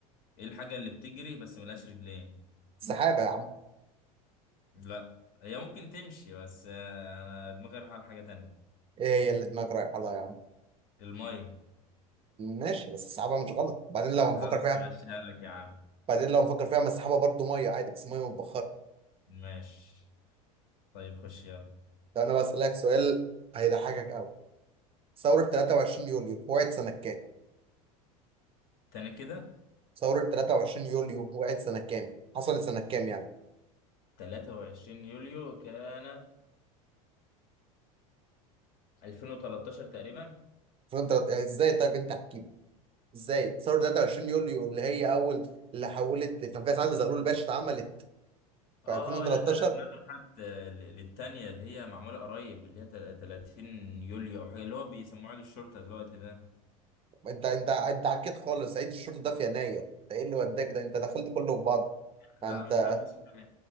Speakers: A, on the left; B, on the right.
A: ايه الحاجة اللي بتجري بس ملهاش رجلين
B: السحابة يا عم
A: لا هي ممكن تمشي بس آه انا دماغي رايحة على حاجة تانية
B: ايه هي اللي دماغك رايحة لها يا عم
A: المية
B: ماشي بس السحابة مش غلط بعدين لو هنفكر
A: خلاص
B: فيها
A: انا ماشيها لك يا عم
B: بعدين لو هنفكر فيها ما السحابة برضه مية عادي بس مية متبخرة
A: ماشي طيب خش يلا
B: لو انا بسألك سؤال هيضحكك قوي ثورة 23 يوليو وقعت سنة كام؟
A: تاني كده
B: ثورة 23 يوليو وقعت سنة كام؟ حصلت سنة كام يعني؟
A: 23 يوليو كانت 2013 تقريبا
B: فانت ازاي طيب انت احكي لي ازاي ثورة 23 يوليو اللي هي اول اللي حولت كان فيها سعد زغلول الباشا اتعملت
A: اه
B: في 2013
A: اه لا انا دماغي راحت آه، ل- للتانية اللي هي معمولة قريب اللي هي تل- 30 يوليو او حاجة اللي هو بيسموه عيد الشرطة دلوقتي ده
B: انت انت انت عكيت خالص عيد الشرطه ده في يناير انت ايه اللي وداك ده انت دخلت كله في بعض
A: لا
B: انت
A: مش عارف اسمه ايه